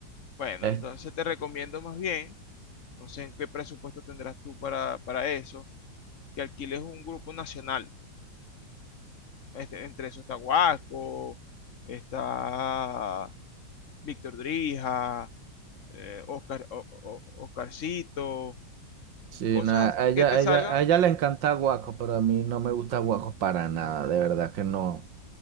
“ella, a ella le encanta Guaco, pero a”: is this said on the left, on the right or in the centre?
Right